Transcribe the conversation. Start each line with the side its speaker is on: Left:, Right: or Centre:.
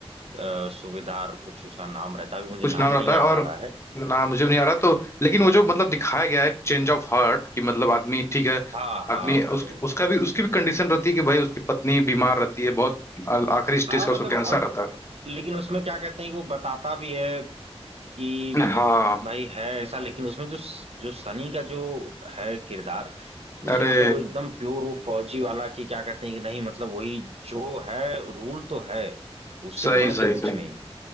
Right: अ, सूबेदार कुछ उसका नाम रहता है अभी मुझे
Left: कुछ
Right: नाम
Left: नाम रहता
Right: नहीं
Left: है
Right: याद
Left: और
Right: आ रहा है
Left: ना मुझे भी नहीं आ रहा तो लेकिन वो जो मतलब दिखाया गया है चेंज ऑफ हार्ट कि मतलब आदमी ठीक है
Right: हाँ हाँ
Left: आदमी उस,
Right: हाँ
Left: उसका भी उसकी भी कंडीशन रहती है कि भाई उसकी पत्नी बीमार रहती है बहुत आ- आखिरी स्टेज
Right: हाँ
Left: का
Right: मतलब
Left: उसको कैंसर
Right: अब
Left: रहता
Right: लेकिन उसमें क्या कहते हैं कि वो बताता भी है कि
Left: है हाँ
Right: भाई है ऐसा लेकिन उसमें जो जो सनी का जो है किरदार उसमें
Left: अरे
Right: मतलब वो एकदम प्योर वो फौजी वाला कि क्या कहते हैं कि नहीं मतलब वही जो है रूल तो है उससे
Left: सही
Right: बढ़
Left: सही
Right: के कुछ
Left: सही
Right: नहीं है